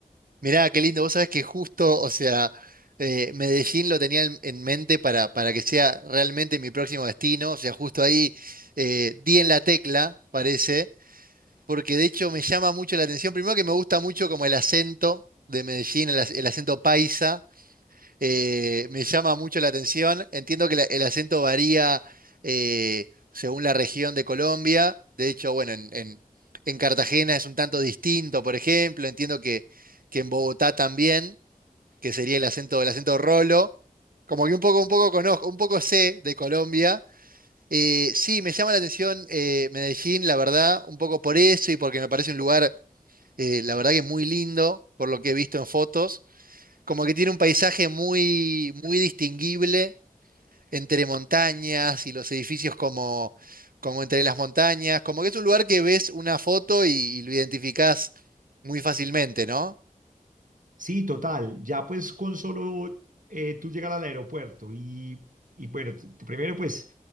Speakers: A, on the right; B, on the right.
A: Mirá, qué lindo. Vos sabés que justo, o sea, eh, Medellín lo tenía en, en mente para, para que sea realmente mi próximo destino. O sea, justo ahí eh, di en la tecla, parece, porque de hecho me llama mucho la atención. Primero que me gusta mucho como el acento de Medellín, el, ac- el acento paisa. Eh, me llama mucho la atención. Entiendo que la- el acento varía eh, según la región de Colombia. De hecho, bueno, en, en- en Cartagena es un tanto distinto, por ejemplo. Entiendo que, que en Bogotá también, que sería el acento, el acento rolo. Como que un poco, un poco conozco, un poco sé de Colombia. Eh, sí, me llama la atención eh, Medellín, la verdad, un poco por eso y porque me parece un lugar, eh, la verdad que muy lindo, por lo que he visto en fotos. Como que tiene un paisaje muy, muy distinguible entre montañas y los edificios como, como entre las montañas. Como que es un lugar que ves una foto y, y lo identificás muy fácilmente, ¿no?
B: Sí, total. Ya pues con solo eh, tú llegar al aeropuerto y, y bueno, t- t- primero pues